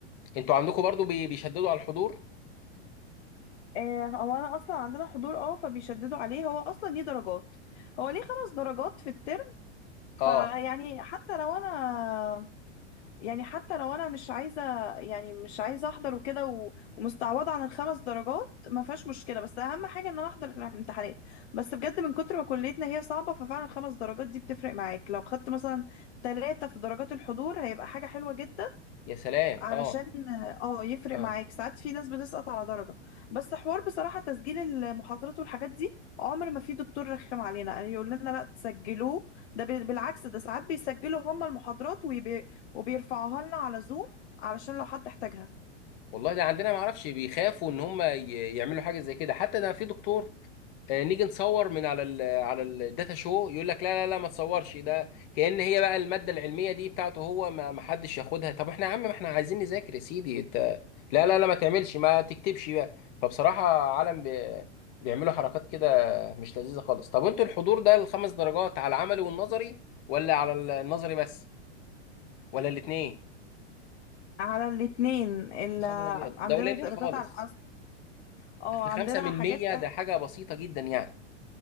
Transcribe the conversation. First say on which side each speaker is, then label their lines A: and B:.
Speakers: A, on the left; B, on the left.
A: انتوا عندكم برضه بي... بيشددوا على الحضور
B: آه، هو انا اصلا عندنا حضور اه فبيشددوا عليه هو اصلا ليه درجات هو ليه خمس درجات في الترم فيعني
A: اه
B: حتى لو انا يعني حتى لو انا مش عايزه يعني مش عايزه احضر وكده و- ومستعوضه عن الخمس درجات ما فيهاش مشكله بس اهم حاجه ان انا احضر الامتحانات بس بجد من كتر ما كليتنا هي صعبه ففعلا الخمس درجات دي بتفرق معاك لو خدت مثلا ثلاثه في درجات الحضور هيبقى حاجه حلوه جدا
A: يا سلام
B: علشان
A: اه
B: اه يفرق
A: اه
B: معاك ساعات في ناس بتسقط على درجة بس حوار بصراحة تسجيل المحاضرات والحاجات دي عمر ما في دكتور رخم علينا يعني يقول لنا لا تسجلوه ده بال- بالعكس ده ساعات بيسجلوا هم المحاضرات ويبي وبيرفعوها لنا على زوم علشان لو حد احتاجها
A: والله ده عندنا ما اعرفش بيخافوا ان هم ي- يعملوا حاجه زي كده حتى ده في دكتور آه، نيجي نصور من على ال على الداتا شو يقول لك لا لا لا ما تصورش ده كأن هي بقى الماده العلميه دي بتاعته هو ما ما حدش ياخدها طب احنا يا عم ما احنا عايزين نذاكر يا سيدي انت لا لا لا ما تعملش ما تكتبش بقى فبصراحه عالم بي- بيعملوا حركات كده مش لذيذه خالص طب وانتوا الحضور ده الخمس درجات على العملي والنظري ولا على النظري بس ولا الاثنين
B: على الاتنين اللي
A: خبر ابيض
B: عندنا
A: ده قليلين
B: درجات
A: خالص
B: على الأس... اه
A: اصل خمسة
B: عندنا
A: من
B: حاجات
A: مية ده حاجة بسيطة جدا يعني